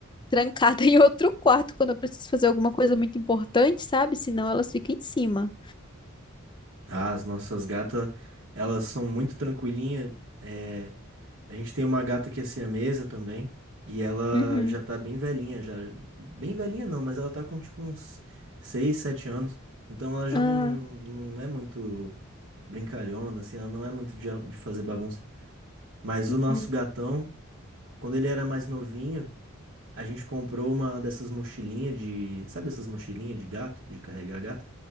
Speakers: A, on the left; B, on the right.
A: trancada <laughs> em outro quarto quando eu preciso fazer alguma coisa muito importante, sabe? Senão elas ficam em cima.
B: Ah, as nossas gatas, elas são muito tranquilinhas. É, a gente tem uma gata que é siamesa também. E ela
A: Uhum.
B: já tá bem velhinha, já. Bem velhinha não, mas ela tá com tipo uns 6, 7 anos. Então ela já
A: Ah.
B: não, não é muito brincalhona, assim, ela não é muito de, de fazer bagunça. Mas
A: Uhum.
B: o nosso gatão, quando ele era mais novinho. A gente comprou uma dessas mochilinhas de. Sabe essas mochilinhas de gato, de carregar gato?